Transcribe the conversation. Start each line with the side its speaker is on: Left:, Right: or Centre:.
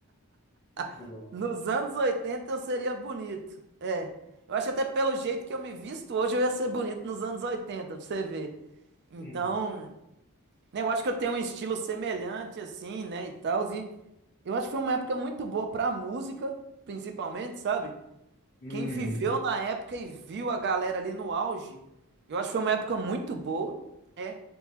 Left: Muito
Right: <laughs>
Left: bom.
Right: Nos anos 80 eu seria bonito. É. Eu acho até pelo jeito que eu me visto hoje eu ia ser bonito nos anos 80, pra você ver. Então,
Left: Uhum.
Right: né, eu acho que eu tenho um estilo semelhante, assim, né, e tal. E eu acho que foi uma época muito boa pra música, principalmente, sabe?
Left: Uhum.
Right: Quem viveu na época e viu a galera ali no auge, eu acho que foi uma época muito boa. É.